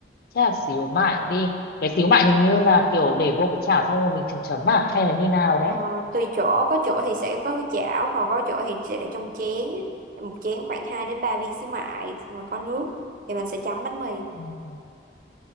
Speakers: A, on the left; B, on the right.
A: Chắc là xíu mại đi. Cái xíu mại hình như là kiểu để vô cái chảo xong rồi mình chấm chấm à? Hay là như nào đấy?
B: Ờ, tùy chỗ có chỗ thì sẽ có cái chảo còn có chỗ thì sẽ để trong chén một chén khoảng 2 đến 3 viên xíu mại xong rồi có nước thì mình sẽ chấm bánh mì
A: Ừ.